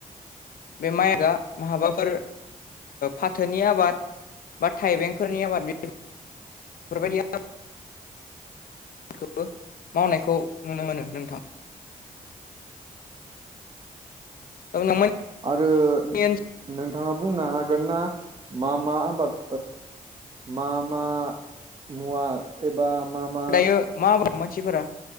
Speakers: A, on the left; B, on the right.
A: बे माइकआ माहाबाफोर फाथोनि आबाद बा थाइबेंफोरनि आबाद फोरबादि खौबो मावनायखौ नुनो मोनो नोंथां <unintelligible>
B: आरो
A: ओनसोलाव
B: नों थाङा बुंनो हागोन ना मामा आबाद मा मा मुवा बा मा मा
A: दायो मा बुङो मानसिफोरा